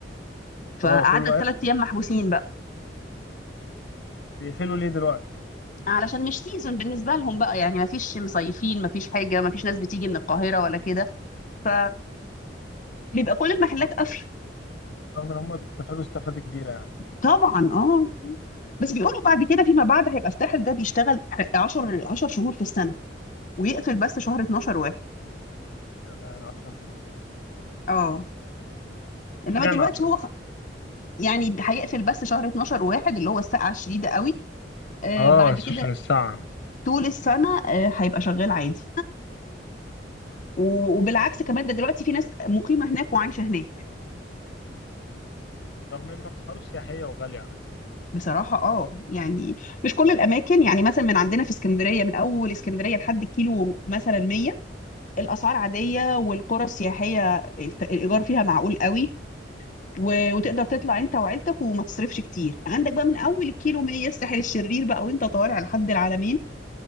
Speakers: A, on the left; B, on the left.
A: فقعدنا
B: اه كله
A: الثلاث
B: قافل
A: أيام محبوسين بقى
B: بيقفلوا ليه دلوقتي
A: علشان مش سيزون بالنسبة لهم بقى يعني ما فيش مصيفين ما فيش حاجة ما فيش ناس بتيجي من القاهرة ولا كده ف... بيبقى كل المحلات
B: اه
A: قافله
B: رغم ان هم بيستفادوا استفاده كبيره يعني
A: طبعا اه بس بيقولوا بعد كده فيما بعد هيبقى الساحل ده بيشتغل 10 10 شهور في السنه ويقفل بس شهر 12 واحد
B: يعني 10 شهور
A: اه انما
B: اشمعنى
A: دلوقتي
B: 10
A: هو خ- يعني هيقفل بس شهر 12 واحد اللي هو السقعه الشديده قوي آه
B: اه
A: بعد
B: عشان
A: كده
B: الساعة
A: طول السنه آه هيبقى شغال عادي و- وبالعكس كمان ده دلوقتي في ناس مقيمه هناك وعايشه هناك
B: رغم ان اسعاره سياحيه وغاليه على كده
A: بصراحه اه يعني مش كل الاماكن يعني مثلا من عندنا في اسكندريه من اول اسكندريه لحد الكيلو مثلا 100 الاسعار عاديه والقرى السياحيه الت- الايجار فيها معقول قوي و- وتقدر
B: مم.
A: تطلع انت وعيلتك وما تصرفش كتير عندك بقى من اول الكيلو 100 الساحل الشرير بقى وانت طالع لحد العلمين